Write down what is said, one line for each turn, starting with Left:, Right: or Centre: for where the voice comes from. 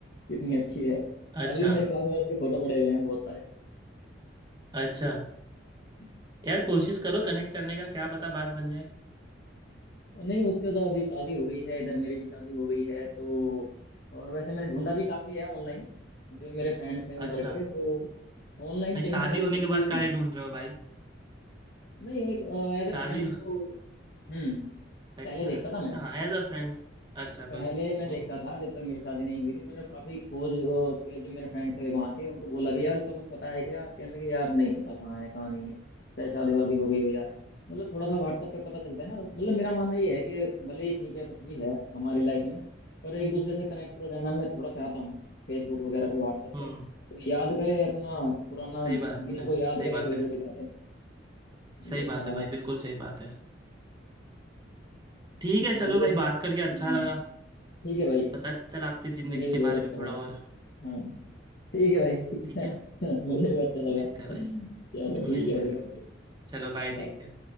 Left: कितनी अच्छी है
Right: अच्छा
Left: अभी मेरे पास में उसके फोटो पड़े हुए हैं बहुत सारे
Right: अच्छा
Left: <laughs>
Right: यार
Left: अ,
Right: कोशिश करो कनेक्ट करने का क्या पता बात बन जाए
Left: नहीं उसके तो अभी शादी हो गई है इधर मेरी भी शादी हो गई है तो और वैसे मैंने ढूंढा भी काफी है ऑनलाइन जो मेरे फ्रेंड थे
Right: अच्छा
Left: उधर के तो ऑनलाइन
Right: नहीं
Left: कहीं
Right: शादी
Left: मेरे को
Right: होने
Left: दिखी
Right: के बाद
Left: ही
Right: काहे
Left: नहीं
Right: ढूंढ रहे हो भाई
Left: नहीं एक एज
Right: शादी
Left: ए फ्रेंड
Right: हो
Left: तो हम्म
Right: अच्छा
Left: पहले देखता था मैं
Right: हाँ एज अ फ्रेंड अच्छा
Left: पहले
Right: कोई सीधी
Left: मैं देखता
Right: है
Left: था जब तक मेरी शादी नहीं हुई थी मैंने काफी खोज अ, उसके जो मेरे फ्रेंड थे वहाँ के उनको बोला भी यार उसका कुछ पता है क्या कहने लगे यार नहीं पता कहाँ है कहाँ नहीं है चाहे शादी वादी हो गई हो या है मतलब थोड़ा सा WhatsApp पे पता चलता है ना मतलब मेरा मानना ये है कि भले ही ठीक है कुछ भी है हमारी लाइफ में पर एक दूसरे से कनेक्ट रहना मैं थोड़ा चाहता हूँ फेसबुक वगैरह पे WhatsApp
Right: हम्म
Left: पे तो याद करे अपना पुराना
Right: सही
Left: दिनों
Right: बात है
Left: को याद
Right: सही
Left: करे
Right: बात
Left: वही
Right: है
Left: बड़ी बात है ये
Right: सही बात
Left: था
Right: है भाई बिल्कुल सही बात है ठीक है
Left: चलिए
Right: चलो भाई
Left: हम्म,
Right: बात करके अच्छा लगा
Left: ठीक है भाई
Right: पता चला आपकी जिंदगी
Left: मुझे भी
Right: के
Left: बहुत
Right: बारे में
Left: अच्छा
Right: थोड़ा
Left: लगा
Right: और
Left: हाँ ठीक है भाई ठीक
Right: ठीक
Left: है
Right: है
Left: <laughs> मुझे भी अच्छा लगा
Right: मिलते हैं भाई मिलते
Left: चलो ठीक है भाई
Right: हैं मिलते हैं।
Left: ओके
Right: चलो बाय ठीक
Left: बाय
Right: है